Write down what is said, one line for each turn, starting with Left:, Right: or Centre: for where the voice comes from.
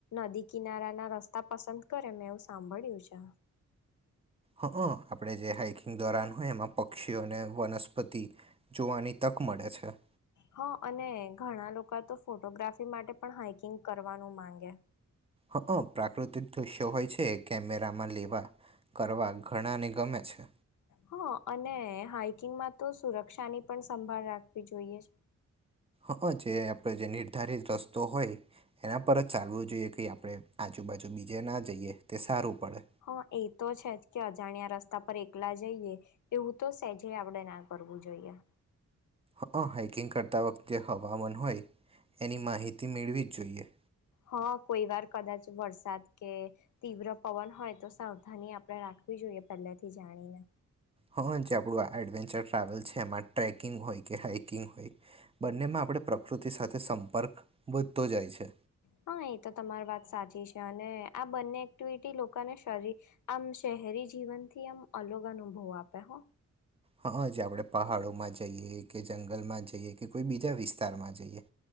Left: નદી કિનારા ના રસ્તા પસંદ કરે મેં એવું સાંભળ્યું છે
Right: હ આપણે જે હાઈકિંગ દોરાન હોય એમાં પક્ષીઓને વનસ્પતિ જોવાની તક મળે છે
Left: હા અને ઘણા લોકો તો ફોટોગ્રાફી માટે પણ હઇકિંગ કરવાનું માંગે
Right: હ પ્રાકૃતિક દૃશ્યો હોય છે કેમેરામાં લેવા કરવા ઘણાને ગમે છે
Left: હા અને હાાઈકિંગમાં તો સુરક્ષાની પણ સંભાળ રાખવી જોઈએ
Right: હ જે આપણે જે નિર્ધારિત રસ્તો હોય એના પર જ ચાલવો જોઈએ કે આપણે આજુબાજુ બીજે ના જઈએ તે સારું પડે.
Left: હા એ તો છે જ કે અજાણ્યા રસ્તા એકલા જઈએ એવું તો સેજે આપણેે ના કરવું જોઈએ
Right: હ હાઇકિંગ કરતા વખતે હવામાન હોય એની માહિતી મેળવી જ જોઈએ
Left: હા કોઈ વાર કદાચ વરસાદ કે તીવ્ર પવન હોય તો સાવધાની આપણે રાખવી જોઈએ પહેલાથી જાણીને
Right: હા જે આપણું એડવેન્ચર ટ્રાવેલ છે એમાં ટ્રેકિંગ હોય કે હાઈકિંગ હોય બંનેમાં આપ પ્રકૃતિ સાથે સંપર્ક વધતો જાય છે
Left: હા એ તો તમારી વાત સાચી છે અને આ બંને એક્ટિવિટી લોકોને શરીર આમ શહેરી જીવનથી આમ અલગ અનુભવ આપે હો
Right: હાજ આપણે પહાડોમાં જઈએ કે જંગલમાં જઈએ કે કોઈ બીજા વિસ્તારમાં જઈએ